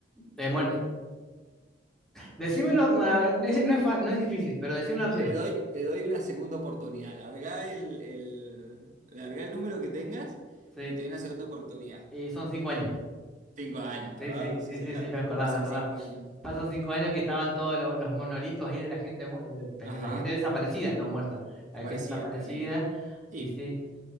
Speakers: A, in the centre; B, on the right (about 45°).
A: Eh, bueno, decímelo, a ver, no es, no es fa- no es difícil, pero decime las opciones.
B: Te doy, te doy una segunda oportunidad. Larga el, el- largá el número que tengas
A: Sí.
B: y te doy una segunda oportunidad.
A: Y son cinco años.
B: Cinco años, clavado,
A: Sí, sí,
B: sí,
A: sí,
B: señor.
A: sí, sí, me acordaba,
B: Pasan
A: me acordaba.
B: cinco años.
A: Pasan cinco años que estaban todos lo- los monolitos ahí de la gente, mu- eh, de
B: Ajá,
A: la gente desaparecida, no muerta,
B: te
A: la
B: parecía
A: gente desaparecida,
B: terrible. Sí,
A: y sí.